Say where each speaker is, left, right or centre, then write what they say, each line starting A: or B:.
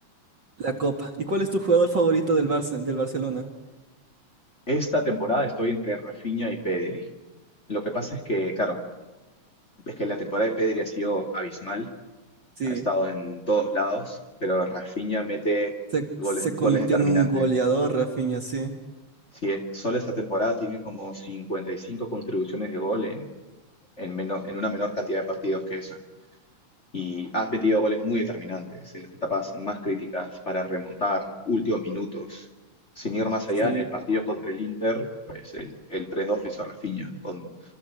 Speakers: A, on the right; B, on the left.
A: la Copa. ¿Y cuál es tu jugador favorito del Barça, del Barcelona?
B: Esta temporada estoy entre Rafinha y Pedri. Lo que pasa es que, claro, es que la temporada de Pedri ha sido abismal,
A: Sí,
B: ha estado en todos lados, pero Rafinha mete
A: se,
B: goles,
A: se convirtió
B: goles determinantes.
A: en un goleador, Rafinha, sí.
B: Si solo esta temporada tiene como 55 contribuciones de gol en, en, menos, en una menor cantidad de partidos que eso. y has metido goles muy determinantes en las etapas más críticas para remontar últimos minutos. Sin ir más
A: Sí,
B: allá, en el partido contra el Inter, pues el, el tres dos lo hizo Rafinha. Con,